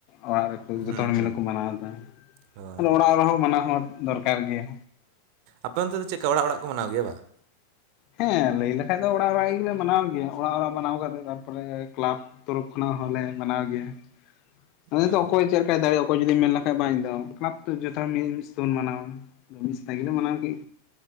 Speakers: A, on the left; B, on the right.
A: ᱚᱲᱟᱜ ᱨᱮᱠᱚ
B: ᱦᱩᱸ
A: ᱡᱚᱛᱚ ᱦᱚᱲ
B: ᱦᱩᱸ
A: ᱢᱤᱞᱮ ᱠᱚ ᱢᱟᱱᱟᱣᱫᱟ
B: ᱦᱳᱭ
A: ᱟᱫᱚ ᱚᱲᱟᱜ ᱨᱮᱦᱚᱸ ᱢᱟᱱᱟᱣ ᱦᱚᱸ ᱫᱚᱨᱠᱟᱨ ᱜᱮᱭᱟ
B: ᱟᱯᱮ ᱚᱱᱛᱮ ᱫᱚ ᱪᱮᱫᱠᱟ ᱚᱲᱟᱜ ᱚᱲᱟᱜ ᱠᱚ ᱢᱟᱱᱟᱣ ᱜᱮᱭᱟ ᱵᱟᱝ?
A: ᱦᱮᱸ ᱞᱟᱹᱭ ᱞᱮᱠᱷᱟᱡ ᱫᱚ ᱚᱲᱟᱜ ᱚᱲᱟᱜ ᱜᱮᱞᱮ ᱢᱟᱱᱟᱣ ᱜᱮᱭᱟ ᱚᱲᱟᱜ ᱚᱲᱟᱜ ᱢᱟᱱᱟᱣ ᱠᱟᱛᱮ ᱛᱟᱨᱯᱚᱨᱮ ᱠᱮᱞᱟᱵᱽ ᱛᱚᱨᱚᱯ ᱠᱷᱚᱱᱟᱜ ᱦᱚᱸᱞᱮ ᱢᱟᱱᱟᱣ ᱜᱮᱭᱟ᱾ ᱚᱱᱟ
B: ᱦᱮᱸ
A: ᱫᱚ ᱚᱠᱚᱭ ᱪᱮᱫ ᱞᱮᱠᱟᱭ ᱫᱟᱲᱮᱜᱼᱟ ᱚᱠᱚᱭ ᱡᱩᱫᱤ ᱢᱮᱱ ᱞᱮᱷᱟᱡ ᱵᱟᱝ ᱤᱧ ᱫᱚ ᱠᱞᱟᱵᱽ ᱡᱚᱛᱚ ᱦᱚᱲ ᱱᱤᱭᱮ ᱢᱤᱫ ᱥᱟᱶᱛᱮ ᱵᱚᱱ ᱢᱟᱱᱟᱣᱟ᱾ ᱢᱤᱫ ᱫᱟᱨᱮᱭᱟ <unintelligible> ᱜᱮᱞᱮ ᱢᱟᱱᱟᱣ ᱠᱮᱫ